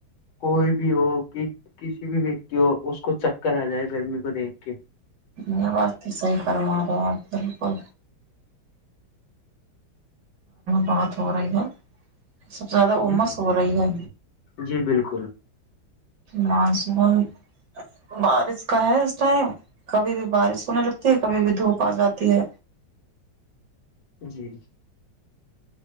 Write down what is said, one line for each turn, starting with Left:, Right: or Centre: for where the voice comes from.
Left: کوئی بھی ہو کہ کسی بھی ویکتی ہو اس کو چکر آ جائے گرمی کو دیکھ کے
Right: میں بس تو صحیح کرما رہے ہ آپ بالکل بہات ہو رہی ہے سب سے زیادہ
Left: جی
Right: امس ہو رہی ہے
Left: جی بالکل
Right: ماس بول بارش کا ہے اس ٹائم کبھی بھی بارش ہونے لگتی ہے کبھی بھی دھوپ آ جاتی ہے
Left: جی